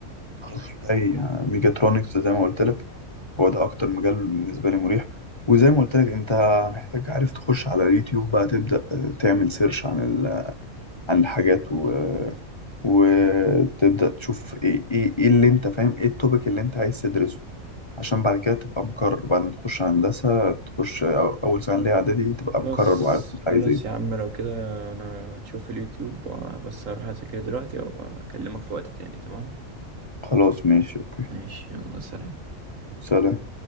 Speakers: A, on the left (about 25°); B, on the right (about 70°).
A: التخصص بتاعي ميجاترونكس زي ما قلت لك هو ده اكتر مجال بالنسبه لي مريح وزي ما قلت لك انت محتاج عارف تخش على اليوتيوب بقى تبدا آه، تعمل سيرش عن ال... عن الحاجات و... وتبدا تشوف ايه ايه إيه اللي انت فاهم ايه التوبيك اللي انت عايز تدرسه عشان بعد كده تبقى مقرر بعد ما تخش هندسه تخش أو- اول سنه ليها اعدادي تبقى
B: خلاص
A: مقرر وعارف انت عايز
B: خلاص
A: ايه
B: يا عم لو كده انا هشوف اليوتيوب بس هروح اذاكر دلوقتي وابقى اكلمك في وقت تاني تمام
A: خلاص ماشي اوكي
B: ماشي يلا سلام
A: سلام